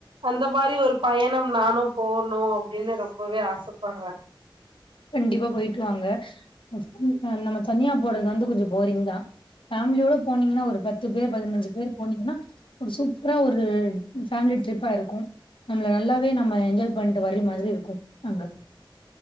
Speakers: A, on the right; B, on the left.
A: அந்த மாரி ஒரு பயணம் நானு போணு அப்டின்னு ரொம்பவே ஆசப்படுறே
B: கண்டிப்பா போயிட்டுவாங்க, நெக்ஸ்ட் நம்ம தனியா போறது வந்து கொஞ்சோ போரிங்தா ஃபேமிலியோட போனீங்கனா ஒரு பத்து பேர் பதினஞ்சு பேர் போனீங்கனா ஒரு சூப்பரா ஒரு ஃபேமிலி ட்ரிப்பா இருக்கு நம்மள நல்லாவே நம்ம என்ஜாய் பண்ட்டு வர மாதிரி இருக்கு அங்க